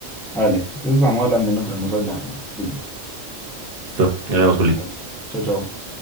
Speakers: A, in the centre; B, on the right.
A: Vale, entonces estamos hablando y nos vemos allá en Xbox.
B: Listo, nos vemos, Juli.
A: Vale. Chao, chao.